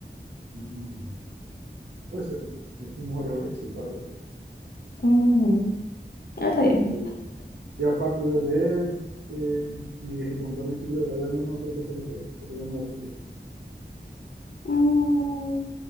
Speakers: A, on the right (about 70°); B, on the left (about 55°).
A: mm, puede ser. Yo fuimos varias veces todavía.
B: Mm, ah, está
A: Este,
B: bien.
A: y aparte de leer, que ni y contar de bicicleta, ¿hay alguna otra cosa que te, que te llama la atención?
B: Mm,